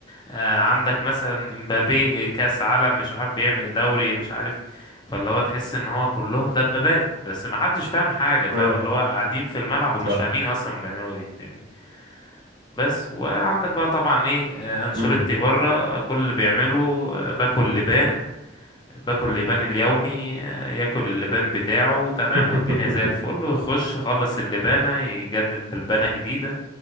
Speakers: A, on the left (about 25°); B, on the right (about 70°).
A: آه، عندك مثلا امبابي آه، كأس عالم مش عارف بيعمل دوري مش عارف فاللي هو تحس ان هو كلهم دبابات بس ما حدش فاهم حاجة فاهم
B: اه
A: اللي هو قاعدين في الملعب ومش
B: صح
A: فاهمين اصلا بيعملوا ايه فاهمني بس وعندك بقى طبعا ايه آه، انشيلوتي
B: مم.
A: بره آه، كل اللي بيعمله آه، باكل لبان باكل لبان اليومي آه، ياكل اللبان بتاعه تمام
B: <laughs>
A: والدنيا زي الفل ويخش يخلص اللبانة يجدد بلبانة جديدة